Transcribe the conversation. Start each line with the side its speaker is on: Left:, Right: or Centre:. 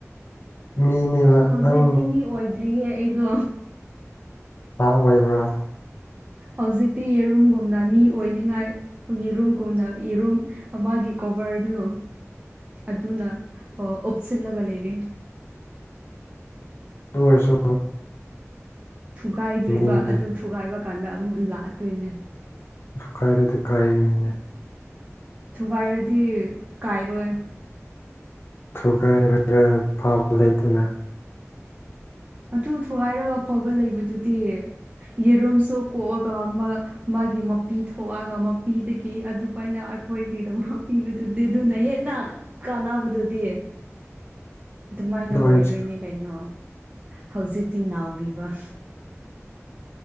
Left: ꯃꯤꯅꯦꯕ
Right: ꯍꯧꯖꯤꯛꯇꯤ
Left: ꯅꯪ
Right: ꯃꯤ ꯑꯣꯏꯗ꯭ꯔꯤꯌꯦ ꯑꯩꯗꯣ
Left: ꯉ ꯑꯣꯏꯕ꯭ꯔꯥ
Right: ꯍꯧꯖꯤꯛꯇꯤ ꯌꯦꯔꯨꯝꯒꯨꯝꯅ ꯃꯤ ꯑꯣꯏꯅꯤꯡꯉꯥꯏ ꯌꯦꯔꯨꯝꯒꯨꯝꯅ ꯌꯦꯔꯨꯝ ꯃꯥ ꯀꯣꯚꯔꯗꯨꯣ ꯑꯗꯨꯗꯅ ꯑ ꯑꯣꯞꯁꯤꯜꯂꯒ ꯂꯩ ꯏꯔꯤ
Left: ꯑꯗꯨꯑꯣꯏꯔꯁꯨ
Right: ꯊꯨꯒꯥꯏꯗ꯭ꯔꯤꯕ
Left: ꯃꯤꯅꯤ
Right: ꯑꯗꯨ ꯊꯨꯒꯥꯏꯕ ꯀꯥꯟꯗ ꯑꯗꯨꯝ ꯂꯥꯛꯇꯣꯏꯅꯦ
Left: ꯀꯥꯏꯔꯗꯤ ꯀꯥꯏꯅꯤꯅꯦ
Right: ꯊꯨꯒꯥꯏꯔꯗꯤ ꯀꯥꯏꯔꯣꯏ
Left: ꯊꯨꯒꯥꯏꯔꯒ ꯐꯥꯕ ꯂꯩꯇꯅ
Right: ꯑꯗꯨ ꯊꯨꯒꯥꯏꯔꯕ ꯐꯥꯎꯕ ꯂꯩꯕꯗꯨꯗꯤ ꯌꯦꯔꯨꯝꯁꯨ ꯀꯣꯛꯑꯒ ꯃꯥ ꯃꯥꯒꯤ ꯃꯄꯤ ꯊꯣꯛꯑꯒ ꯄꯤꯗꯒꯤ ꯑꯗꯨꯃꯥꯏꯅ ꯑꯩꯈꯣꯏꯒꯤ ꯑꯗꯨꯃꯛ ꯊꯤꯕꯗꯨꯗꯤ ꯑꯗꯨꯅ ꯍꯦꯟꯅ ꯀꯥꯟꯅꯕꯗꯨꯗꯤ ꯑꯗꯨꯃꯥꯏꯅ
Left: ꯑꯗꯨ ꯑꯣꯏꯔꯁꯨ
Right: ꯑꯣꯏꯗꯣꯏꯅꯦ ꯀꯩꯅꯣ ꯍꯧꯖꯤꯛꯇꯤ ꯅꯥꯎꯔꯤꯕ